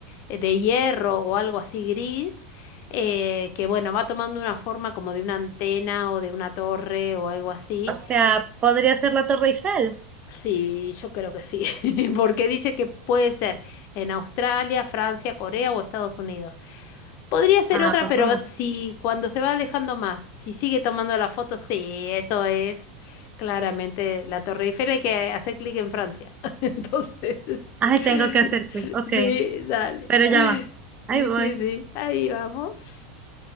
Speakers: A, on the left (about 50°); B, on the right (about 25°).
A: eh, de hierro o algo así gris, eh, que bueno, va tomando una forma como de una antena o de una torre o algo así.
B: O sea, podría ser la Torre Eiffel.
A: Sí, yo creo que sí, <laughs> porque dice que puede ser en Australia, Francia, Corea o Estados Unidos. Podría ser
B: Ah,
A: otra,
B: por
A: pero
B: favor.
A: si cuando se va alejando más, si sigue tomando la foto, sí, eso es claramente la Torre Eiffel. Hay que hacer clic en Francia. <laughs> Entonces,
B: Ay, tengo
A: <laughs>
B: que hacer clic. Ok,
A: sí, dale.
B: pero ya va. Ahí
A: Sí,
B: voy.
A: sí, sí. Ahí vamos.